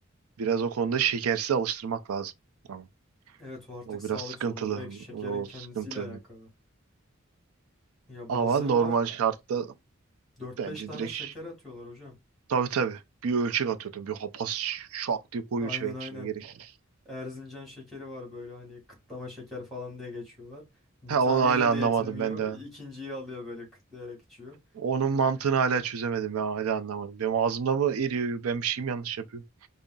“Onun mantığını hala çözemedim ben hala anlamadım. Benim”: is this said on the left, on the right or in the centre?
Right